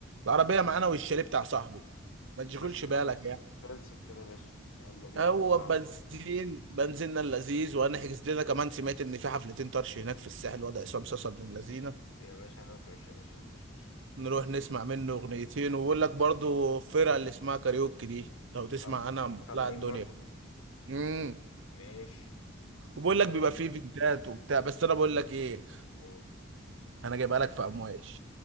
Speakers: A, on the right (about 65°); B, on the left (about 85°).
A: العربيه معانا والشاليه بتاع صاحبي ما تشغلش
B: بس خلاص
A: بالك يعني
B: خلصت كده يا باشا يلا بينا
A: هو
B: نطلع
A: بنزين بنزيننا اللذيذ وهنحجز لنا كمان سمعت ان في حفلتين طرش هناك في الساحل وضع عصام صاصا ابن اللذينه
B: يا باشا نطرش يا باشا مفيش مشاكل
A: نروح نسمع منه اغنيتين وبقول لك برضو الفرقه اللي اسمها كاريوكي دي لو تسمع
B: طل...
A: عنها مولعه
B: طالعين
A: الدنيا
B: برضو
A: امم
B: ماشي
A: وبقول
B: خلاص
A: لك بيبقى فيه فيديوهات وبتاع بس انا بقول لك ايه
B: قول
A: انا جايبها لك في امواج